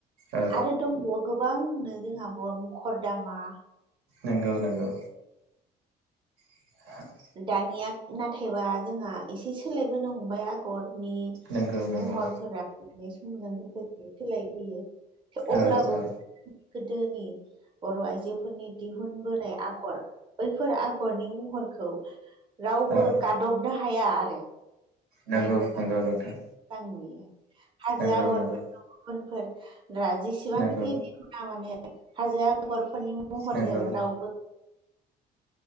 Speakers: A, on the right; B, on the right.
A: औ
B: आरो दङो गोबांनो जोंहाबो मुखर दामा
A: नोंगौ नंगौ <inaudible>
B: दानिया ना थायबा जोंहा एसे सोलायबोनो हमबाय आगरनि
A: नंगौ
B: महरफोरा।
A: नंगौ
B: नाय समजों लोगोसे सोलायबोयो अब्लाबो
A: औ औ
B: गोदोनि बर' आइजोफोरनि दिहुनबोनाय आगर बैफोर आगरनि महरखौ रावबो
A: औ
B: गादबनो हाया आरो।
A: नंगौ
B: नायबो
A: नंगौ
B: आगर
A: नोंथां
B: मोजां नुयो हाजो
A: नंगौ
B: आगर
A: नंगौ
B: गुबुनफोर जेसेबांखि
A: नंगौ
B: दिखुनना माने हाजो आगरफोरनि महरजों
A: नंगौ
B: रावबो